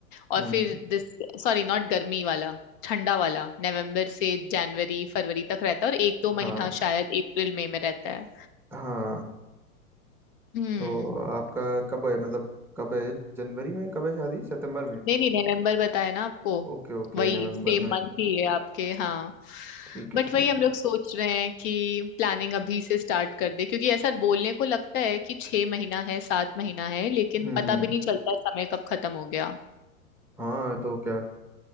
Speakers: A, on the left; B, in the centre.
A: और
B: हम्म
A: फिर दिस सॉरी नॉट गर्मी वाला ठंडा वाला नवंबर से जनवरी फरवरी तक रहता है और एक दो महीना
B: हाँ
A: शायद अप्रैल मई में रहता है
B: हाँ
A: हम्म
B: तो आपका कब है मतलब कब है जनवरी में कब है शादी सितंबर में
A: नहीं नहीं नवंबर बताया ना आपको
B: Okay okay
A: वही
B: नवंबर
A: सेम
B: में
A: मंथ ही है आपके हाँ
B: ठीक है
A: बट
B: ठीक
A: वही हम
B: है
A: लोग सोच रहे हैं कि प्लानिंग अभी से स्टार्ट कर दे क्योंकि ऐसा बोलने को लगता है कि छह महीना है सात महीना है लेकिन
B: हम्म
A: पता भी नहीं चलता है समय कब खत्म हो गया
B: हाँ तो क्या